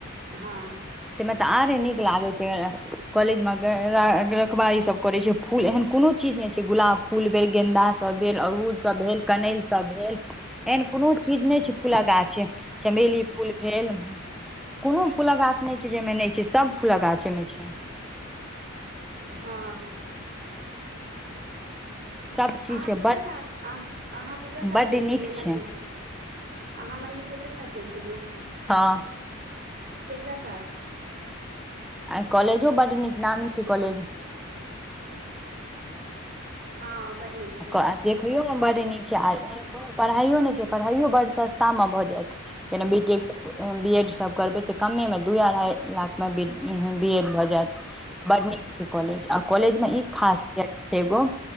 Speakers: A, on the right (about 40°); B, in the centre.
A: हँ।
B: तमे तऽ आरे निक लागे छै, कॉलज मे अखबार ईसभ करै छै, फूल एहन कोनो चीज नहि छै, गुलाब फूल भेल गेन्दा सभ भेल अड़हुल सभ भेल। कनैल सभ भेल। एहन कोनो चीज नहि छै, फूल कऽ गाछ चमेली फूल भेल। कोनो फूल कऽ गाछ नहि छै, जाहिमे नहि छै सभ फूल कऽ गाछ मे छै।
A: हँ।
B: सब चीज
A: अहाँ
B: छै
A: ककरा
B: बड
A: साथ अहाँ ककरा साथ
B: बड
A: गेल छलियै
B: नीक
A: मन्दिर
B: छै
A: अहाँ मन्दिर केकरा साथ गेल छलियै
B: हँ
A: केकरा साथ।
B: आ कॉलेजो बड़ निक नामी छै, कॉलेज
A: हँ। बड नीक छै
B: आ देखैयो मे बड़ निक छै आ एहन कोनो पढ़ाइयो नहि छै, पढ़ाइयो बड़ सस्त शमे भऽ जायत जेना बीट। बीएड सभ करबै तऽ कमे दू अढ़ाइ लाख मे बीएड भऽ जायत। बड़ निक छै, कॉलेज आ कॉलेज मे ई खासियत छै, एगो